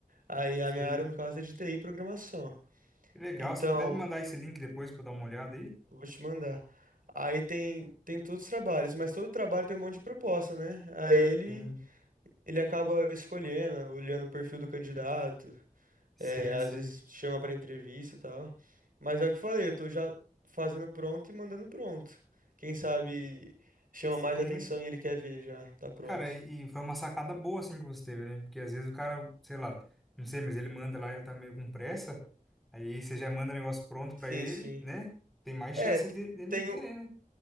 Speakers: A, on the right; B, in the centre.
A: Aí
B: Sei.
A: a minha área, no caso, é de TI e programação.
B: Que legal.
A: Então,
B: Se puder me mandar esse link depois para dar uma olhada aí.
A: eu Vou te mandar. Aí tem, tem todos os trabalhos, mas todo trabalho tem um monte de proposta, né? Aí ele,
B: Sim,
A: ele acaba escolhendo, olhando o perfil do candidato,
B: sei,
A: é, às
B: sei.
A: vezes chama para entrevista e tal. Mas é o que eu falei, eu tô já fazendo pronto e mandando pronto. Quem sabe chama
B: Sim.
A: mais atenção e ele quer ver já, tá pronto.
B: Cara, e e foi uma sacada boa assim que você teve, né? Porque às vezes o cara, sei lá, não sei, mas ele manda lá, ele tá meio com pressa. Aí você já manda o negócio pronto
A: Sim,
B: pra ele,
A: sim.
B: né? Tem mais
A: É,
B: chance
A: t-
B: de- dele
A: tem,
B: querer, né?